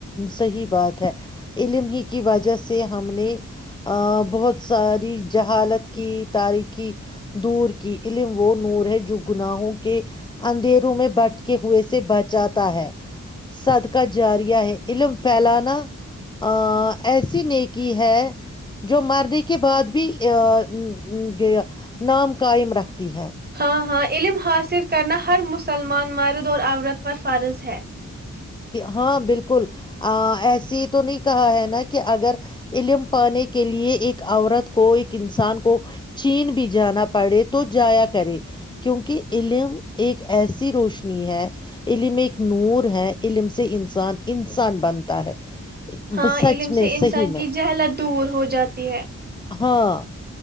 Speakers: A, on the left; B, on the right.
A: صحیح بات ہے علم ہی کی وجہ سے ہم نے ا بہت ساری جہالت کی تاریخی دور کی علم وہ نور ہے جو گناہوں کے اندھیروں میں بٹکے ہوئے سے بچات ہے <unintelligible> صدقہ جاریا ہے علم فھیلانا ا ایسی نہیں کی ہے جو مرنے کے بعد بھی ا یہ نام قائم رکھتی ہے
B: ہاں ہاں علم حاصل کرنا ہر مسلمان مرد اور عورت پر فارض ہے
A: ہاں بالکل ایسے یہ تو نہیں کہا ہے نا کہ اگر علم پانے کے لیے ایک عورت کو ایک انسان کو چین بھی جانا پڑے تو جایا کرے کیونکہ علم ایک ایسی روشنی ہے علم ایک نور ہیں علم سے انسان انسان بنتا ہے
B: ہاں
A: ب- سچ
B: علم
A: میں
B: سے انسان
A: صحیح
B: کی
A: میں
B: جہلت دور ہو جاتی ہے
A: ہاں